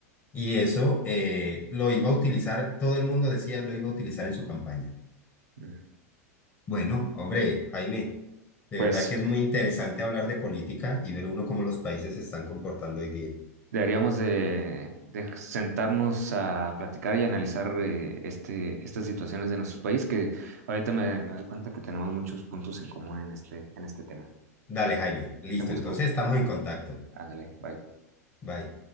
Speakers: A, on the left (about 25°); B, on the right (about 75°).
A: Y eso eh, lo iba a utilizar, todo el mundo decía lo iba a utilizar en su campaña.
B: Mm.
A: Bueno, hombre, Jaime, de
B: Pues
A: verdad que es muy interesante hablar de política y ver uno cómo los países se están comportando hoy día.
B: Deberíamos de, de sentarnos a platicar y analizar eh, este, estas situaciones de nuestro país, que ahorita me, me doy cuenta que tenemos muchos puntos en común en este, en este tema.
A: Dale, Jaime, listo,
B: Te busco.
A: entonces estamos en contacto.
B: Ándale, bye.
A: Bye.